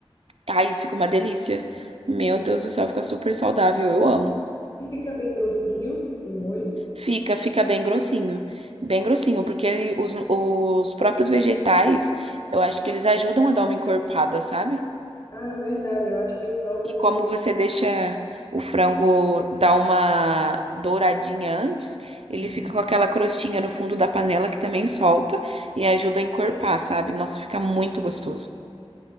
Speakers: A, on the right; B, on the left.
A: Ai, fica uma delícia. Meu Deus do céu, fica super saudável. Eu amo.
B: E fica bem grossinho o molho.
A: Fica, fica bem grossinho. Bem grossinho, porque ele- os, os próprios vegetais, eu acho que eles ajudam a dar uma encorpada, sabe?
B: Ah, verdade. Eu acho que o sal salsas,
A: E como
B: ele...
A: você deixa o frango dar uma douradinha antes, ele
B: Ah,
A: fica com aquela crostinha no fundo da panela que também solta e ajuda a encorpar, sabe? Nossa, fica muito gostoso.